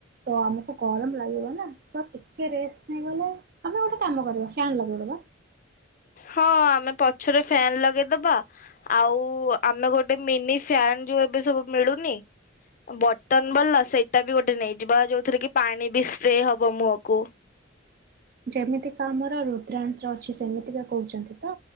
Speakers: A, on the right; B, on the left.
A: ତ ଆମକୁ ଗରମ ଲାଗିବ ନା ତ ଟିକେ ରେଷ୍ଟ ନେଇଗଲେ ଆମେ ଗୋଟେ କାମ କରିବା ଫ୍ୟାନ ଲଗେଇଦବା।
B: ହଁ ଆମେ ପଛରେ ଫ୍ୟାନ ଲଗେଇଦବା ଆଉ ଆମେ ଗୋଟେ ମିନି ଫ୍ୟାନ ଯୋଉ ଏବେ ସବୁ ମିଳୁନି ବଟନ ବାଲା ସେଇଟା ବି ଗୋଟେ ନେଇଯିବା ଯୋଉଥିରେ କି ପାଣି ବି ସ୍ପ୍ରେ ହବ ମୁହଁକୁ
A: ଯେମିତିକା ଆମର ରୁଦ୍ରାନ୍ସ୍ର ଅଛି ସେମିତିକା କହୁଛନ୍ତି। ତ?